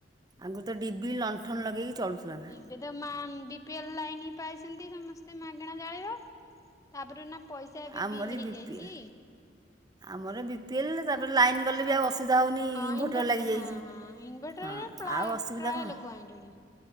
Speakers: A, on the right; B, on the left.
A: ଆଗରୁ ତ ଡିବିରି ଲଣ୍ଠନ ଲଗେଇକି ଚଳୁଥିଲୁ ଆମେ।
B: ଏବେ ତ ମା ବି, ପି, ଏଲ ଲାଇନ ପାଇଛନ୍ତି ସମସ୍ତେ ମାଗଣା ଜାଳିବ। ତାପରେ ନା ପଇସା ଏବେ
A: ଆମରି
B: ବିଲ୍ ହେଇଯାଇଛି
A: ବି ପି ଏଲ୍ ଆମର ବି ପିଏଲ ତାପରେ ଲାଇନ୍ ଗଲେ ବି ଆଉ ଅସୁବିଧା ହେଉନି
B: ହଁ
A: ଇନଭଟର
B: ଇନଭର୍ଟର
A: ଲାଗିଯାଇଛି।
B: ହଁ ହଁ ଇନଭର୍ଟରରେ
A: ହଁ
B: ପ୍ରାୟ
A: ଆଉ ଅସୁବିଧା
B: ପ୍ରାୟ
A: କଣ?
B: ଲୋକ ଆଇଲେଣି